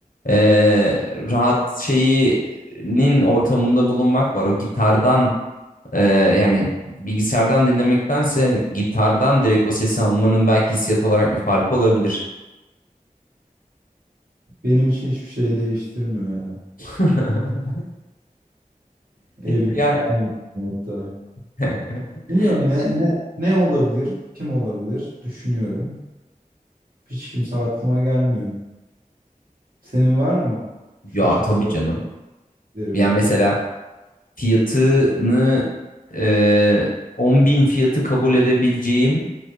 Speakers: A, on the left; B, on the right.
A: eee, rahat şeyinin ortamında bulunmak var. O gitardan Ee, yani bilgisayardan dinlemektense gitardan direkt o sesi almanın belki hissiyat olarak bir farkı olabilir.
B: Benim için hiçbir şey değiştirmiyor ya.
A: <laughs>
B: Evim
A: Ya
B: daha mutlu hatta.
A: <laughs>
B: Bilmiyorum ne, ne, ne olabilir, kim olabilir düşünüyorum. Hiç kimse aklıma gelmiyor. Senin var mı? Şu
A: ya
B: çıksa
A: tabii canım.
B: derim.
A: Yani mesela fiyatını e, 10 bin fiyatı kabul edebileceğim